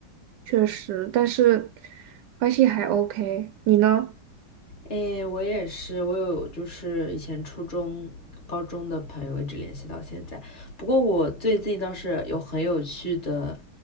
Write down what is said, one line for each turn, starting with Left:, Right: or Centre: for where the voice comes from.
Right: 确实，但是关系还 OK，你呢？
Left: 哎，我也是，我有就是以前初中、高中的朋友一直联系到现在。不过我最近倒是有很有趣的